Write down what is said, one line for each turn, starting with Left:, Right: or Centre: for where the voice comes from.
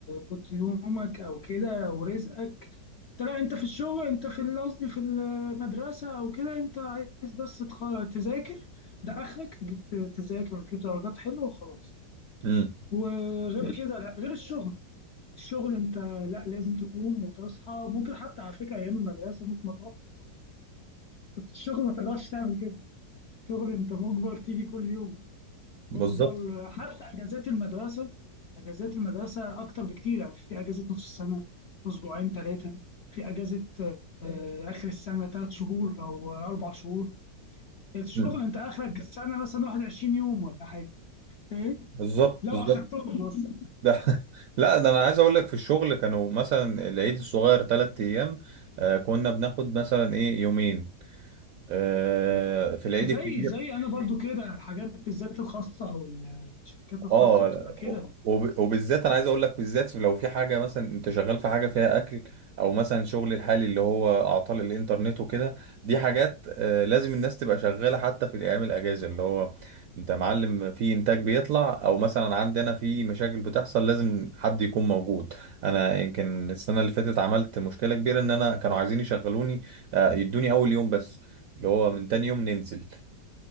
Left: قوت يومك او كده ورزقك انت لا انت في الشغل انت في ال- قصدي في المدرسه او كده انت عايز بس تخ- تذاكر ده اخرك تجيب ت- تذاكر وتجيب درجات حلوه وخلاص
Right: امم
Left: وغير كده لا غير الشغل الشغل انت لا لازم تقوم وتصحى ممكن حتى على فكره ايام المدرسه ممكن ما تروحش بس الشغل ما تقدرش تعمل كده الشغل انت مجبر تيجي كل يوم
Right: بالظبط
Left: مجبر حتى اجازات المدرسه اجازات المدرسه اكتر بكتير يعني في اجازه نص السنه اسبوعين ثلاثه في اجازه آه، اخر السنه ثلاث شهور او اربع شهور الشغل
Right: مم.
Left: انت اخرك السنه مثلا 21 يوم ولا حاجه فاهم
Right: بالظبط
Left: لو
Right: بالظبط
Left: اخدتهم بس
Right: ده <laughs> لا ده انا عايز اقول لك في الشغل كانوا مثلا العيد الصغير ثلاث ايام آه كنا بناخد مثلا ايه يومين آه في العيد
Left: وزي
Right: الكبير
Left: زي انا برضو كده الحاجات بالذات الخاصه او الشركات الخاصه
Right: اه
Left: بتبقى
Right: لا،
Left: كده
Right: وب- وبالذات انا عايز اقول لك بالذات لو في حاجه مثلا انت شغال في حاجه فيها اكل او مثلا شغل الحالي اللي هو اعطال الانترنت وكده دي حاجات آه، لازم الناس تبقى شغاله حتى في الايام الاجازه اللي هو انت معلم في انتاج بيطلع او مثلا عندنا في مشاكل بتحصل لازم حد يكون موجود انا يمكن السنه اللي فاتت عملت مشكله كبيره ان انا كانوا عايزين يشغلوني آه، يدوني اول يوم بس اللي هو من تاني يوم ننزل